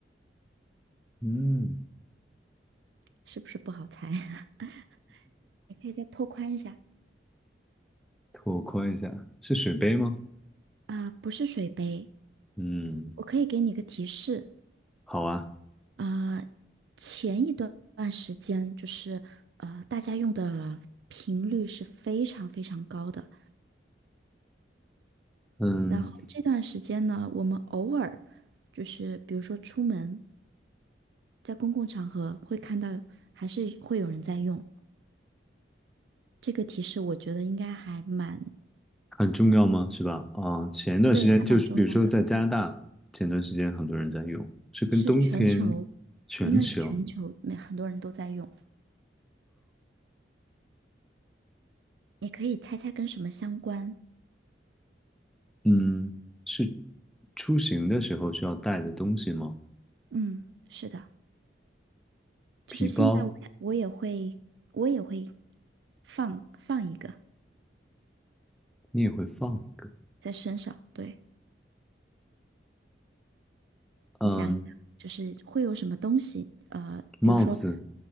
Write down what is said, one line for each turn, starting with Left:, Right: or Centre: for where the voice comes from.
Centre: 嗯。
Right: 是不是不好猜？<laughs> 你可以再拓宽一下
Centre: 拓宽一下，是水杯吗？
Right: 啊，不是水杯，
Centre: 嗯，
Right: 我可以给你个提示。
Centre: 好啊，
Right: 啊、前一段段时间就是呃，大家用的频率是非常非常高的。
Centre: 嗯，
Right: 然后这段时间呢，我们偶尔就是比如说出门，在公共场合会看到，还是会有人在用。这个提示我觉得应该还蛮，
Centre: 很重要吗？是吧？啊，前段时间就是，
Right: 对，还蛮重要的，
Centre: 比如说在加拿大，前段时间很多人在用，是跟冬天
Right: 是全球，
Centre: 全球，
Right: 应该是全球每很多人都在用。你可以猜猜跟什么相关？
Centre: 嗯，是出行的时候需要带的东西吗？
Right: 嗯，是的。就是现在我也我也会我也会
Centre: 皮包
Right: 放放一个
Centre: 你也会放一个，
Right: 在身上。对，
Centre: 嗯，
Right: 你想一想，就是会有什么东西？呃，
Centre: 帽子，
Right: 比如说，